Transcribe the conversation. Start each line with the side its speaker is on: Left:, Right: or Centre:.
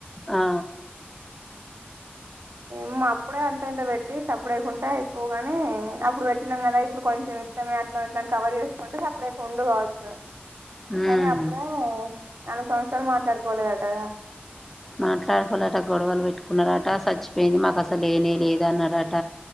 Centre: ఆ
Right: ఏమే అప్పుడే అంత ఇంత పెట్టి సప్పుడేకుంటే అయిపోవు గాని అప్పుడు పెట్టినాం గాదా ఇప్పుడు కొంచెం ఇత్తమే అట్ల ఎట్ల కవర్ చేసుకుంటే సప్పుడే ఉండు కావచ్చు.
Centre: ఉమ్
Right: కానీ అప్పుడెమో నాలుగు సంవత్సరాలు మాట్లాడుకోలేదుటగా
Centre: మాట్లాడుకోలేదాట గొడవలు పెట్టుకున్నడట చచ్చిపోయింది. మాకు అసలే లేనే లేద అన్నడట